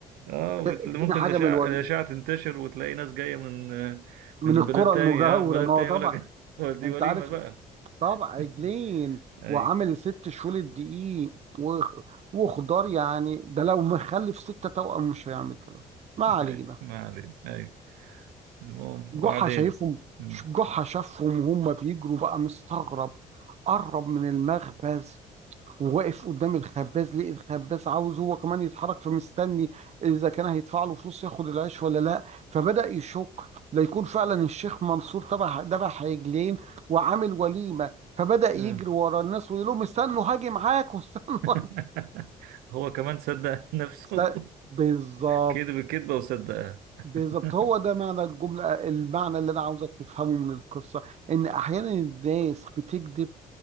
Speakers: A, on the right (about 80°); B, on the right (about 50°).
A: اه وت-
B: اديني
A: ممكن
B: حاجه
A: الأشعة
B: من الوليد
A: الأشعة تنتشر وتلاقي ناس جاية من
B: من
A: من
B: الكره
A: بلاد تانية
B: المجاوره
A: اه بلاد
B: ما
A: تانية
B: هو طبعا
A: يقول لك <laughs> هو دي
B: انت
A: وليمة
B: عارف
A: بقى
B: طبعا عجلين
A: <laughs> أيوه
B: وعامل ست شهور الدقيق و- وخضار يعني ده لو مخلف ستة توأم مش هيعمل كده ما علينا
A: أيوه ما علينا أيوه المهم
B: جحا
A: وبعدين
B: شايفهم
A: مم.
B: جحا شافهم وهم بيجروا بقى مستغرب قرب من المخبز وواقف قدام الخباز ليه الخباز عاوز هو كمان يتحرك فمستني اذا كان هيدفع له فلوس ياخد العيش ولا لا فبدأ يشك لا يكون فعلا الشيخ منصور تبع دبح عجلين وعامل وليمة فبدأ يجري
A: آه.
B: ورا الناس ويقول لهم استنوا هاجي معاكم استنوا
A: <laughs>
B: <laughs> هاجي.
A: هو كمان صدق نفسه
B: است- بالظبط
A: كذب الكذبة وصدقها <laughs>
B: بالظبط هو ده معنى الجملة المعنى اللي أنا عاوزك تفهمه من القصة إن أحيانا الناس بتكذب